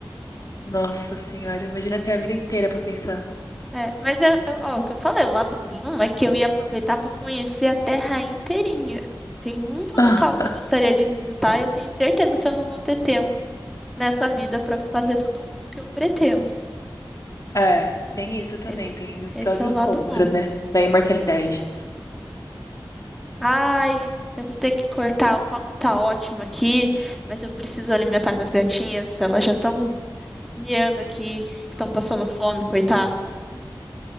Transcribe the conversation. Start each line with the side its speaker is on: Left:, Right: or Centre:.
Left: Nossa senhora, imagina ter a vida inteira pra pensar.
Centre: É, mas eu, eu- ó, o que eu falei, o lado bom é que eu ia aproveitar para conhecer a terra inteirinha. Tem muito local
Left: <laughs>
Centre: que eu gostaria de visitar e eu tenho certeza que eu não vou ter tempo nessa vida para fazer tudo o que eu pretendo.
Left: É, tem isso também,
Centre: Esse,
Left: tem os
Centre: esse
Left: prós
Centre: é
Left: e
Centre: o
Left: os
Centre: lado
Left: contras,
Centre: bom.
Left: né? Da imortalidade.
Centre: Ai, eu vou ter que cortar, o papo tá ótimo aqui, mas eu preciso alimentar minhas gatinhas, elas já estão miando aqui, estão passando fome, coitadas.